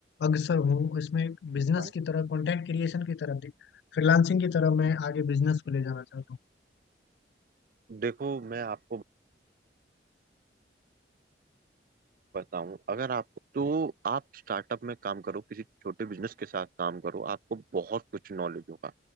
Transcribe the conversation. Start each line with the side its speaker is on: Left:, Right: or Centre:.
Left: अग्रसर हूँ इसमें एक बिजनेस
Right: हाँ।
Left: की तरह कंटेंट क्रिएशन की तरफ फ्रीलांसिंग की तरफ मैं आगे बिजनेस को ले जाना चाहता
Right: देखो मैं आपको बताऊं अगर आपको तो आप स्टार्टअप में काम करो किसी छोटे बिजनेस के साथ काम करो आपको बहुत कुछ नॉलेज होगा